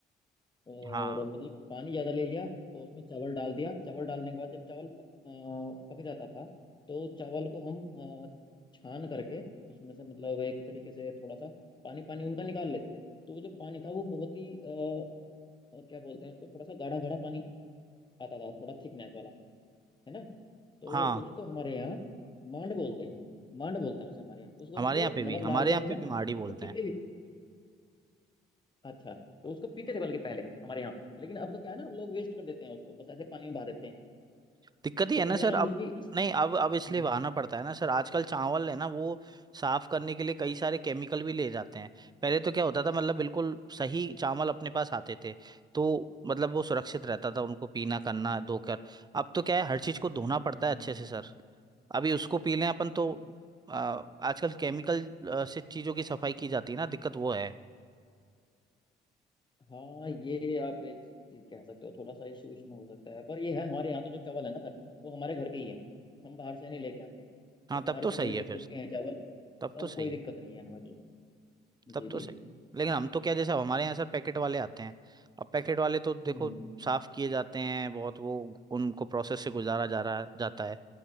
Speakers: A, on the left; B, on the right.
A: और
B: हाँ
A: मतलब पानी ज्यादा ले लिया तो उसमें चावल डाल दिया चावल डालने के बाद जब चावल प- अ, पक जाता था तो चावल को हम अ, छान करके उसमें से मतलब एक तरीके से थोड़ा सा पानी पानी उनका निकाल लेते थे तो वो जो पानी था वो बहुत ही अ, अ, क्या बोलते हैं उसको थोड़ा सा गाढ़ा गाढ़ा पानी आता था थोड़ा थिकनेस वाला है ना तो
B: हाँ
A: उसको हमारे यहाँ मांड बोलते हैं मांड बोलते हैं उसे हमारे यहाँ उसको
B: हमारे
A: उसको
B: यहाँ पे भी
A: नमक
B: हमारे
A: डाल के
B: यहाँ
A: उसमें
B: पे भी माड़ी बोलते
A: उसको पीते
B: हैं
A: अच्छा तो उसको पीते थे बल्कि पहले हमारे यहाँ लेकिन अब तो क्या है ना अब लोग वेस्ट कर देते हैं उसको बस ऐसे पानी में बहा देते हैं
B: दिक्कत ही
A: तो
B: है
A: कहीं
B: ना सर
A: ना कहीं
B: अब
A: वो भी इस...
B: नहीं अब अब इसलिए
A: हम्म,
B: बहाना पड़ता है ना सर आजकल चावल है ना वो साफ करने के लिए कई सारे केमिकल भी ले जाते हैं पहले तो क्या होता था मतलब बिल्कुल सही चावल अपने पास आते थे तो मतलब वो सुरक्षित रहता था उनको पीना करना धोकर अब तो क्या है हर चीज को धोना पड़ता
A: हम्म,
B: है अच्छे से सर अभी उसको पी लें अपन तो आ, आजकल केमिकल आ, से चीजों की सफाई की जाती है ना दिक्कत वो है
A: हाँ ये आप एक चीज कह सकते हो थोड़ा सा इशू इसमें हो सकता है पर ये है हमारे यहाँ तो जो चावल है ना सर वो हमारे घर के ही है हम बाहर से नहीं लेके आते तो
B: हाँ तब
A: हमारे
B: तो
A: तो
B: सही
A: घर के
B: है
A: खुद
B: फिर
A: के हैं चावल
B: तब
A: तब
B: तो सही
A: कोई दिक्कत
B: है
A: नहीं है हमें तो उसमें
B: तब
A: जी जी
B: तो सही है। लेकिन हम तो क्या जैसे अब हमारे यहाँ सर पैकेट वाले आते हैं अब पैकेट वाले तो देखो
A: हम्म हम्म
B: साफ किए जाते हैं बहुत वो उनको प्रोसेस से गुजारा जा रहा जाता है